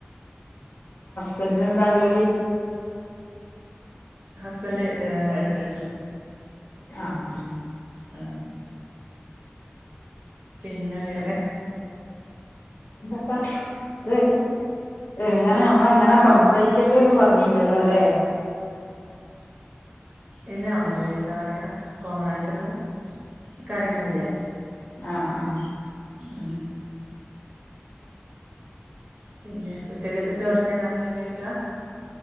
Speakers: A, on the left; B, on the right.
A: പിന്നെന്താ ജോലി
B: ഹസ്ബന്ഡ് ഏ ഇലക്ട്രീഷ്യൻ
A: ആഹ ആഹ
B: ആ പിന്നെ വേറെ
A: ഇത എങ്ങനെ നമ്മള എങ്ങനെ സംസാരിക്കണ്ടി ഒന്നും പറഞ്ഞില്ലല്ലോ അല്ലേ
B: ഇല്ല അമ്മള് എന്താ പറയാ കോമൺ ആയിട്ടുള്ള കാര്യങ്ങളില്ലേ
A: ആഹ് ആഹ്
B: ഉം പിന്നെ ഉച്ചക്കത്തെ ചോറന്നെ രാത്രിയും കഴിക്കാ